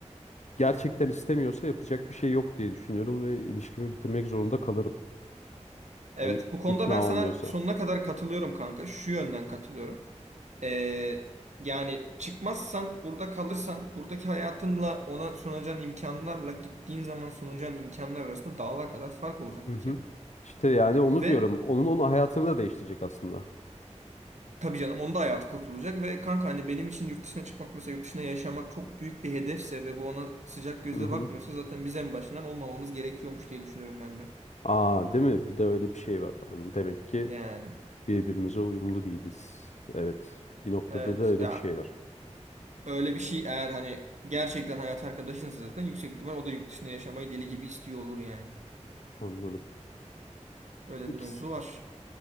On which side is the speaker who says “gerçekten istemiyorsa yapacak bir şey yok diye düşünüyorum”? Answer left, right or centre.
Left